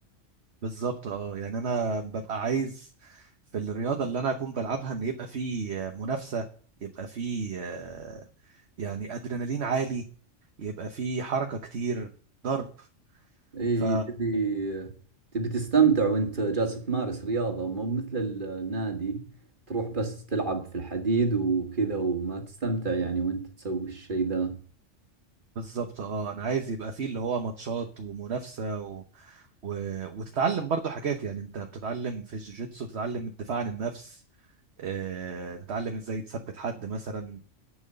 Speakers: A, on the right; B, on the right.
A: بالظبط اه يعني انا ببقى عايز في الرياضه اللي انا اكون بلعبها ان يبقى في منافسه يبقى في آه، يعني ادرينالين عالي يبقى في حركه كتير ضرب
B: اي
A: ف
B: تبي تبي تستمتع وانت جالس تمارس رياضة مو مثل النادي تروح بس تلعب في الحديد وكذا وما تستمتع يعني وانت تسوي الشيء ذا
A: بالظبط اه انا عايز يبقى فيه اللي هو ماتشات ومنافسه و... و... وتتعلم برضو حاجات يعني انت بتتعلم في الجوجيتسو تتعلم الدفاع عن النفس آه، تتعلم ازاي تثبت حد مثلا